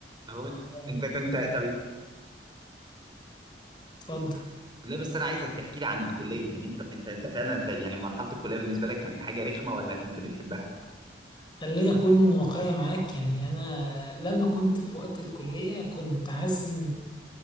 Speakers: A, on the right; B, on the left.
A: هو
B: آه،
A: انت كنت طب
B: اتفضل
A: لا بس انا عايزك تحكي لي عن الكليه يعني انت انت انت فعلا في يعني مرحله الكليه بالنسبه لك كانت حاجه رخمه ولا كنت بتحبها
B: خليني اكون واقعي معاك يعني انا لما كنت في وقت الكلية كنت عايز